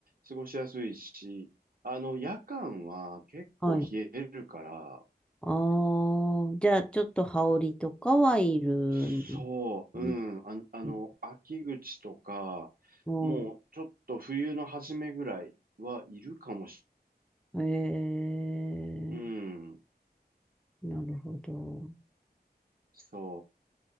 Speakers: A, on the right; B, in the centre.
A: 過ごしやすいし、あの、夜間は結構冷えるから、
B: はい。ああ、じゃあ、ちょっと羽織とかはいるん
A: そう、
B: です
A: うん、あ、あの、
B: ね。
A: 秋口とか、
B: う
A: もうちょっと冬の初めぐらいはいるかもし
B: ん。え
A: れない、うん、
B: ー、なるほど。
A: そ